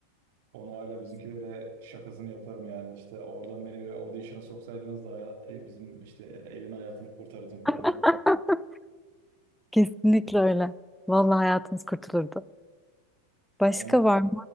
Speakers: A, on the right (about 50°); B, in the centre.
A: Onu hala bizimkilere şakasını yaparım yani. İşte oradan beni bir audition'a soksaydınız da haya- e, bizim işte evin hayatını kurtarırdım falan.
B: <laughs> Kesinlikle öyle. Vallahi hayatınız kurtulurdu. Başka
A: Ben
B: var mı?